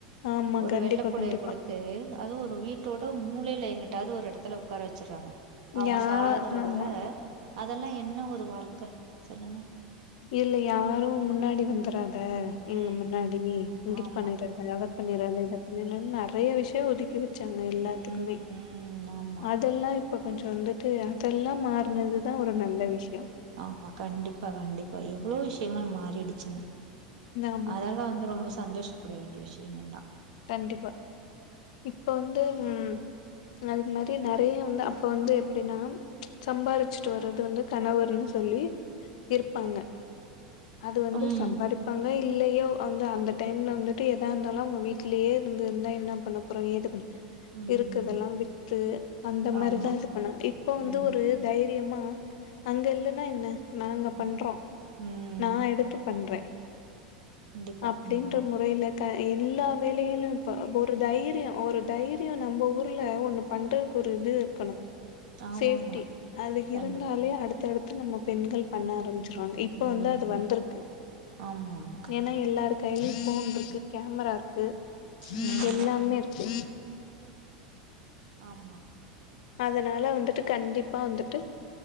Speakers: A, on the left; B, on the right.
A: ஆமா
B: ஒரு
A: கண்டிப்பா
B: வெள்ள பொடய
A: கண்டிப்பா
B: குடுத்து அதுவு ஒரு வீட்டோட மூளை ல எங்கிட்டாது ஒரு எடத்துல உக்கார வச்சுர்றாங்க அவுங்க
A: யா
B: சாகுறவர
A: ஆமா
B: அதெல்லா என்ன ஒ ரு வாழ்க்க சொல்லுங்க
A: இதுல யாரும் முன்னாடி வந்துரா க இங்க
B: ம்
A: முன்னாடி நீ இங்கிட்டு
B: ஆமா
A: பண்ணிராத அத பண்ணிராத இத பண்ணிராத நெற நெறைய விஷ்யோ ஒதுக்கிது ச்சாங்க எல்லாத்துக்குமே
B: ம் ம் ஆமா
A: அதெல்லா இப்ப கொஞ்சோ ந்துட்டு அதெல்லா மாற்னதுதா ஒரு நல்ல விஷ்
B: ஆமா கண்டிப்பா கண்டிப்பா ஐயோ வ்ளோ விஷ்யங்கள் மாறிடிச்சுங்க
A: ஆமா
B: அதெல்லா வந்து ரொம்ப சந்தோஷப்பட வேண்டியஷ் என்னல்லா
A: தண்டிப்பா இப்ப வந்து ம் அது மாரி நறையா வந்தா அப்ப வந்து எப்டினாம் சம்பாரிச்சுட்டு வர்றது வந்து கணவர்னு சொல்லி இர்ப்பாங்க அது வந்து
B: ம்
A: சம்பாரிப்பாங்க இல் இல்லையோ அந்து அந்த டைம்ல வந்துட்டு எதா இந்தாலு உங்க வீட் க்லே ருந்துன்னா என்னா பண்ணப்போறோ ஏது பண்
B: ம்
A: இருக்குதெல்லா வித்து அந்த மாரிதா
B: ஆமா
A: இது பண்ணா இப்ப வந்து
B: ம்
A: ஒரு தைரியமா ஆ அங்க இல்லன்னா என்ன நாங்க
B: ம்
A: பண்றோ
B: ம்
A: நா எடுத்து பண்றே
B: கண்டிப்பா
A: அப்டின்ற
B: ம்
A: முறைய்ல க எனில்லா வேலையிலு இப்ப ஒரு தைரியு ஒரு தைரியு நம்ப ஊர்ல ஒண்ணு பண்றக்கு ஒரு இது இர்க்கணு
B: ஆமாமா
A: சேஃப்டி அலு இருந்தாலே
B: கண்டிப்பா
A: அடு தடுத்து நம்ம பெண்கள் பண்ணாரம் ச்சிறுவாங் இப்ப
B: ம்
A: வந்து அது வந்துருக்கு
B: ஆமா ஆமா கண்டிப்பா
A: ஏனா எல்லார் கைலி ஃபோன் ருக்கு கேமராரு க்கு
B: ம்
A: எல்லாமே இருக்கு
B: ஆமா
A: அதனால வந்துட்டு கண்டிப்பா வந்துட்டு